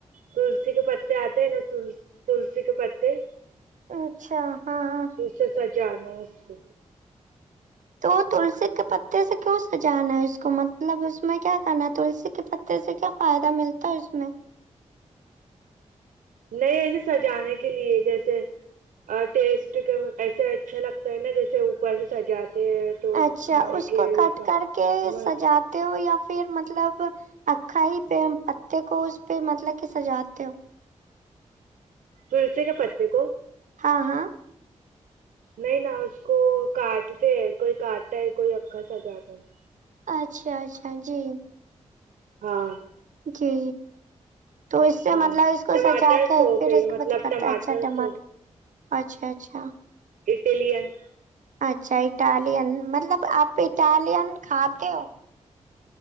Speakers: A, on the right; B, on the right.
A: تلسی کے پتے آتے ہیں نا تل تلسی کے پتے
B: اچھا ہاں ہاں
A: اس سے سجانا اس کو
B: تو تلسی کے پتے سے کیوں سجانا ہے اس کو مطلب اس میں کیا کرنا ہے تلسی کے پت تے سے کیا فائدہ ملتا ہے اس میں
A: نہیں ایسے سجانے کے لیے جیسے اور ٹیسٹ کے ایسے اچھا لگتا ہے نا جیسے اوپر سے سجاتے ہیں تو
B: اچھا
A: کھانے
B: اس
A: کے
B: کو کٹ
A: جیسا
B: کر کے
A: بس
B: سجا تے ہو یا پھر مطلب اکھا ہی پہ پتے کو اس پہ مطلب کہ سجاتے ہو
A: تلسی کے پتے کو
B: ہاں ہاں
A: نہیں نہ اس کو کاٹتے ہے کوئی کاٹتا ہے کوئی اکھا سجاتا ہے
B: اچھا اچھا جی
A: ہاں
B: جی تو اس سے
A: ہاں
B: مطلب اس کو
A: ٹماٹر
B: سجا کے
A: سوپ
B: پھر
A: ہے
B: اس کو
A: مطلب
B: پت کرتا ہے اچھا ٹماٹر
A: سوپ
B: اچھا اچھا
A: اٹیلن
B: اچھا اٹالین مطلب آپ اٹالین کھاتے ہو